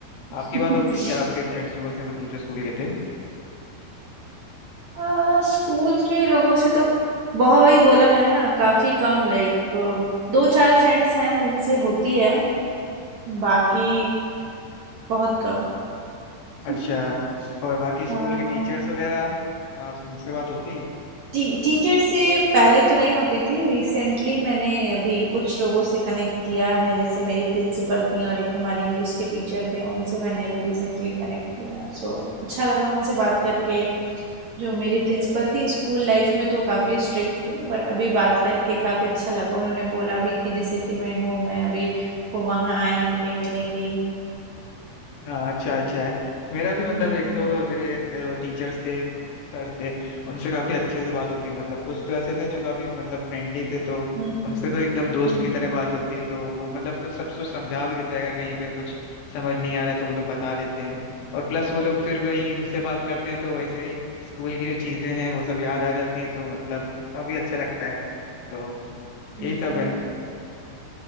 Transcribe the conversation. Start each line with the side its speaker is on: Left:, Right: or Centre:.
Right: <laughs>
Left: आपकी बात होती है क्या आपके फ्रेंड्स लोगों से मतलब जो स्कूल के थे
Right: आ, स्कूल के लोगों से तो बहुत वही बोला मैंने ना काफी कम लाइक दो चार फ्रेंड्स हैं जिनसे होती है बाकी बहुत कम <laughs>
Left: अच्छा और बाकी स्कूल
Right: हाँ
Left: के टीचर्स वगैरह आ, उनसे बात होती है
Right: टी, टीचर से पहले तो नहीं होती थी रिसेंटली मैंने अभी कुछ लोगों से कनेक्ट किया है जैसे मेरी प्रिंसिपल थी और एक हमारे इंग्लिश के टीचर थे उनसे मैंने अभी रिसेंटली कनेक्ट किया सो अच्छा लगा उनसे बात करके जो मेरी प्रिंसिपल थी स्कूल लाइफ में तो काफ़ी स्ट्रिक्ट थी बट अभी बात करके काफ़ी अच्छा लगा उन्होंने बोला भी कि जिस सिटी में हूँ मैं अभी वो वहाँ आएंगी मिलेंगी
Left: हाँ अच्छा अच्छा है मेरा भी मतलब
Right: हम्म
Left: एक
Right: हम्म
Left: दो मेरे टीचर्स थे सर थे उनसे काफी अच्छे से बात होती मतलब कुछ तो ऐसे थे जो काफी मतलब फ्रेंडली थे तो
Right: हम्म हम्म
Left: उनसे तो एकदम दोस्त
Right: हम्म,
Left: की तरह बात होती तो वो मतलब कुछ सब कुछ समझा भी देता है अगर कहीं पे कुछ समझ नहीं आ रहा है तो वो लोग बता देते हैं और प्लस वो लोग फिर वही उनसे बात करते हैं तो वैसे ही स्कूल की जो चीजें हैं वो सब याद आ जाती हैं तो मतलब काफी अच्छा लगता है तो
Right: हम्म।
Left: यही सब है